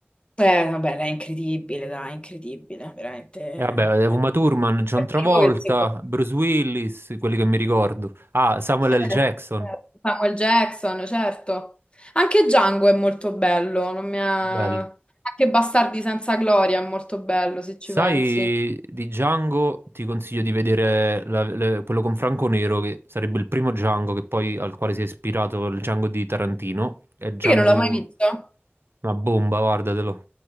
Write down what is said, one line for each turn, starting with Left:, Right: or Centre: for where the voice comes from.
Left: beh, vabbè, lei è incredibile, dai, incredibile, veramente.
Right: E vabbè, eh, Uma
Left: Beh,
Right: Thurman, John
Left: Il
Right: Travolta,
Left: primo che il secondo.
Right: Bruce Willis, quelli che mi ricordo. Ah, Samuel
Left: Certo,
Right: L. Jackson,
Left: certo. Samuel Jackson, certo. Anche Django è molto bello, non mi ha-
Right: bello.
Left: anche Bastardi senza gloria è molto bello, se ci
Right: Sai,
Left: pensi.
Right: di Django ti consiglio di vedere la- le- quello con Franco Nero, che sarebbe il primo Django che poi, al quale si è ispirato il Django di Tarantino. È Django
Left: Perché non l'ho mai visto?
Right: una bomba, guardatelo.